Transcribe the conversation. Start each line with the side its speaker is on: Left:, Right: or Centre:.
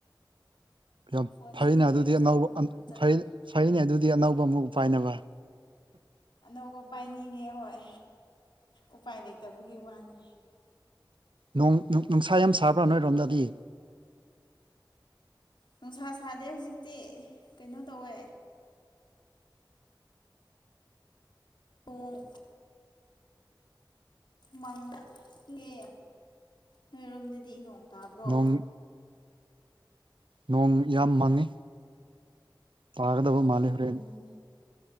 Right: ꯌꯥꯝ
Left: ꯐꯣꯟꯁꯦ
Right: ꯐꯩꯅꯦ ꯑꯗꯨꯗꯤ
Left: ꯍꯦꯡꯁꯨ
Right: ꯑꯅꯧꯕ
Left: ꯑꯗꯨꯝ ꯌꯥꯝ ꯆꯠꯄ
Right: ꯐꯩ ꯐꯩꯅꯦ ꯑꯗꯨꯗꯤ ꯑꯅꯧꯕ ꯑꯃꯨꯛ ꯄꯥꯏꯅꯕ
Left: ꯑꯅꯧꯕ ꯄꯥꯏꯅꯤꯡꯉꯦ ꯍꯣꯏ ꯎꯄꯥꯏ ꯂꯩꯇꯕꯒꯤ ꯋꯥꯅꯤ
Right: ꯅꫭꯡ ꯅꯨꯡꯁꯥ ꯌꯥꯝ ꯁꯥꯕ꯭ꯔꯥ ꯅꯣꯏꯔꯣꯝꯗꯗꯤ
Left: ꯅꯨꯡꯁꯥ ꯁꯥꯗꯦ ꯍꯧꯖꯤꯛꯇꯤ ꯀꯩꯅꯣ ꯇꯧꯋꯦ ꯄꯨꯡ ꯃꯪꯉꯦ ꯅꯣꯏꯔꯣꯝꯗꯗꯤ ꯅꯣꯡ ꯇꯥꯔꯕꯣ
Right: ꯅꯣꯡ ꯅꯣꯡ ꯌꯥꯝ ꯃꯪꯉꯤ ꯇꯥꯒꯗꯕ ꯃꯥꯜꯂꯦ
Left: ꯎꯝ
Right: ꯍꯣꯔꯦꯟ